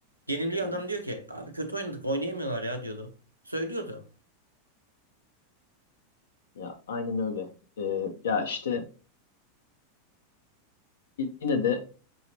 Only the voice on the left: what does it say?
hı.
ya aynen öyle. Ee, ya işte yine de